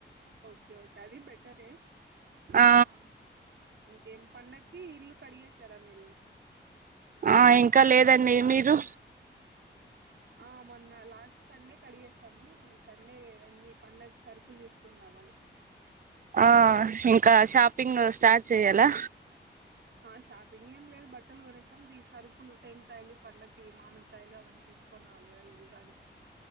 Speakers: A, on the right (about 65°); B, on the right (about 45°).
A: ఓకే ఓకే అది బెటరే
B: ఆ
A: ఇంకేం పండకి ఇల్లు కడిగేశారా మీరు
B: ఆ ఇంకా లేదండి మీరు
A: ఆ మొన్న లాస్ట్ సండే కడిగేసాము ఈ సండే అన్ని పండగ సరుకులు తీసుకొని రావాలి
B: ఆ ఇంకా షాపింగ్ స్టార్ట్ చెయ్యాలా
A: ఆ షాపింగ్ ఏం లేదు బట్టలు కొనేస్తాం ద సరుకులు టెంకాయలు పండకి ఇవి మామిడికాయలు అవన్నీ కొనాలిగ ఉగాదికి